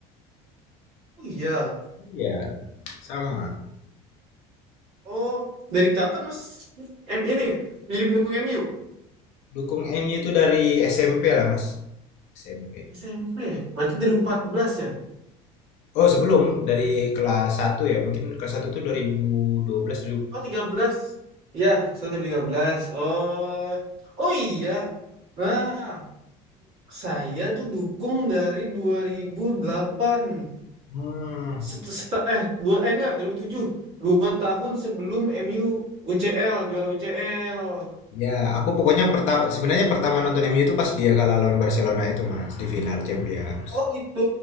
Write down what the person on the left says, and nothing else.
Iya, sama.
Dukung MU itu dari SMP lah Mas. SMP.
Oh, sebelum dari kelas satu ya. Mungkin kelas 1 tuh 2012 belas?
Hmm,
ya aku pokoknya perta sebenarnya pertama nonton MU itu pas dia kalah lawan Barcelona itu Mas, di final Champions.